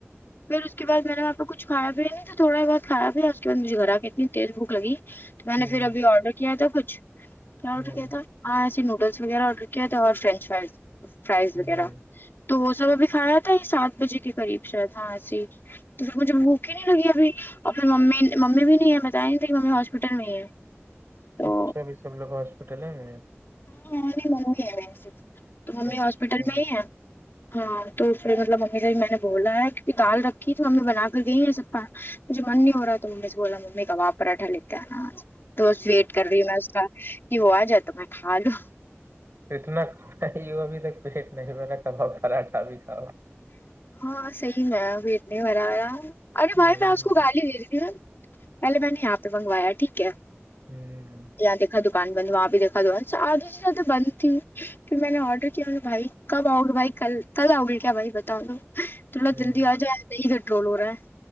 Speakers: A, on the left; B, on the right.
A: پھر اس کے بعد میں نے وہاں پہ کچھ کھایا پیا نہیں تھا تھوڑا بہت کھایا پیا اس کے بعد مجھے گھر آ کے اتنی تیز بھوک لگی تو میں
B: ہوں
A: نے پھر ابھی آرڈر کیا تھا کچھ کیا آرڈر
B: ہوں
A: کیا
B: ہوں
A: تھا ہاں آج ہی نوڈلس وغیرہ آرڈر کیا تھا اور فرینچ فرائز فرائز
B: ہوں
A: وغیرہ تو وہ سب ابھی کھایا تھا یہ سات بجے کے قریب شاید ہاں ایسے ہی تو پھر مجھے بھوک ہی نہیں لگی ابھی اور پھر ممی ممی بھی نہیں ہے بتائیں تھی ممی ہاسپٹل میں ہی ہے تو
B: اچھا ا بھی سب لوگ ہاسپٹل ہی میں
A: ہاں ہاں نہیں ممی ہے و ہی تو ممی
B: اچھا
A: ہاسپٹل
B: ہوں
A: میں ہی ہے ہاں تو پھر مطلب ممی سے بھی میں نے بولا ہے کیونکہ دال رکھی تو ممی بنا کر گئی ہے سب کا مجھےمن نہیں ہو رہا ہے تو ممی سے بولا ممی کباب پرا ٹھا لیکے آنا آج تو ویٹ کر رہی ہوں میں اس کا کہ وہ آ جائے تو میں کھالوں
B: تو اتنا کھارہی ہو ابھی تک پیٹ نہیں بھرا کباب پراٹھا بھی کھاؤ
A: ہاں صحیح میں پیٹ نہیں بھرایا ارے بھائی
B: ہوں
A: میں اس کو گالی دے رہی تھی نہ پہلے میں نے یہاں پہ منگوایا ٹھیک ہے
B: ہوں
A: یہاں دیکھا دکان بند وہاں بھی دیکھا دکان سے آدھے سے زیادہ بند تھی پھر میں نے آرڈر کیا بھائی کب آؤگے بھائی کل کل آؤ گے کیا بھائی بتا لو تھوڑا
B: ہوں
A: جلدی آ جائے نہی کنٹرول ہو رہا ہے